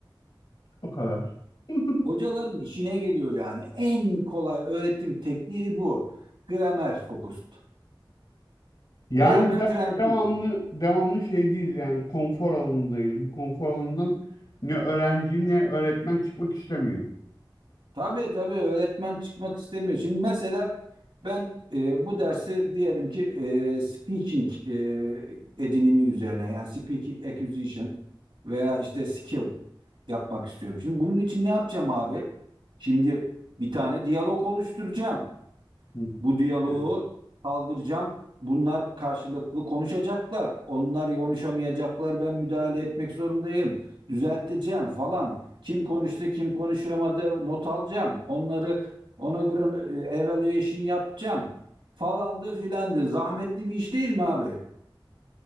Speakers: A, on the left; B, on the right.
A: O kadar. <laughs>
B: Hocaların işine geliyor yani. En kolay öğretim tekniği bu. Grammar focused.
A: Yani
B: Grammar
A: de-
B: translation.
A: devamlı devamlı şeydeyiz yani konfor alanındayız. Bu konfor alanından ne öğrenci ne öğretmen çıkmak istemiyor.
B: Tabii tabii öğretmen çıkmak istemiyor. Şimdi mesela ben e, bu dersi diyelim ki e, speaking e, edinimi üzerine yani speaking acquisition veya işte skill yapmak istiyorum. Şimdi bunun için ne yapacağım abi? Şimdi bir tane diyalog oluşturacağım.
A: Hı.
B: Bu diyaloğu
A: Evet.
B: kaldıracağım. Bunlar karşılıklı konuşacaklar. Onlar konuşamayacaklar. Ben müdahale etmek zorundayım. Düzelteceğim falan. Kim konuştu, kim konuşamadı not alacağım. Onları ona göre e, evaluation yapacağım. Falandı filandı. Zahmetli bir iş değil mi abi?